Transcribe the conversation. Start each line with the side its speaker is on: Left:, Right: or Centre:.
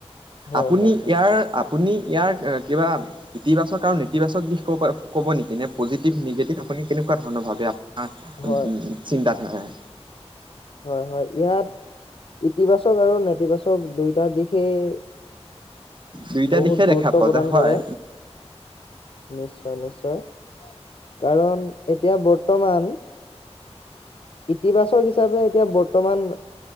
Left: হয়
Right: আপুনি
Left: হয় হয়
Right: ইয়াৰ আপুনি ইয়াৰ কিবা- ইতিবাচক আৰু নেতিবাচক ক ক'ব নেকি? নে পজিটিভ, নিগেটিভ আপুনি কেনেকুৱা ধৰণৰ ভাবে? আঁহ
Left: হয়
Right: চিন্তাধাৰাৰে।
Left: হয় হয়, ইয়াত- ইতিবাচক আৰু নেতিবাচক দুইটা দিশেই-
Right: দুইটা
Left: বহুত
Right: দিশে
Left: গুৰুত্ব
Right: দেখা পোৱা
Left: প্ৰদান
Right: যায় হয়
Left: কৰে। নিশ্চয় নিশ্চয়, কাৰণ এতিয়া বৰ্তমান- ইতিবাচক হিচাপে এতিয়া বৰ্তমান-